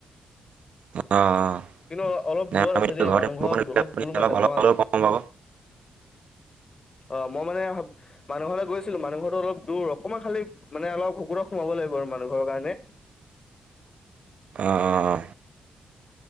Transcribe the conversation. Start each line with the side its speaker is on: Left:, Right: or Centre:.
Right: অহ অ
Left: কিন্তু অলপ
Right: নাই
Left: দূৰত
Right: আমি
Left: আছে
Right: এতিয়া
Left: দেই
Right: ঘৰতে
Left: মানুহ
Right: বৰষুণ
Left: ঘৰত
Right: দিলে
Left: অলপ
Right: আপুনি
Left: দূৰ মানে
Right: অলপ
Left: মই আজ
Right: হ'লেও কম পাব।
Left: অ মই মানে মানুহ লগ গৈছিলো মানুহৰৰত অল দৰ অকণমান খালি মানে অলপ শুকুৰত সোমাব লাগিব আৰু মানু ঘৰৰ কাৰণে <unintelligible>
Right: অ অ অ